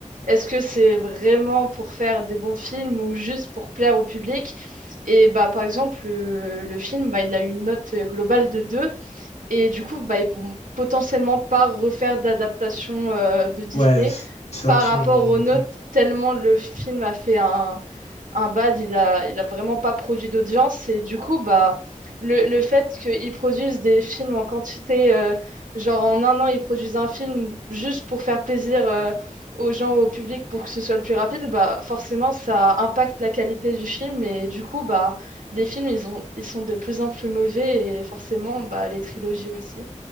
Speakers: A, on the right; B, on the left.
A: est-ce que c'est vraiment pour faire des bons films ou juste pour plaire au public? Et bah, par exemple, euh, le film, bah, il a une note globale de deux Et du coup, bah, ils vont potentiellement pas refaire d'adaptation euh, de Disney
B: Ouais, c- c'est
A: par
B: un des films
A: rapport
B: moins
A: aux
B: notés.
A: notes, tellement le film a fait un, un bad, il a, il a vraiment pas produit d'audience. Et du coup, bah, le, le fait qu'ils produisent des films en quantité, euh, genre en un an, ils produisent un film juste pour faire plaisir euh, aux gens, au public, pour que ce soit le plus rapide, bah, forcément, ça impacte la qualité du film. Et du coup, bah, les films, ils ont, ils sont de plus en plus mauvais. Et forcément, bah, les trilogies aussi.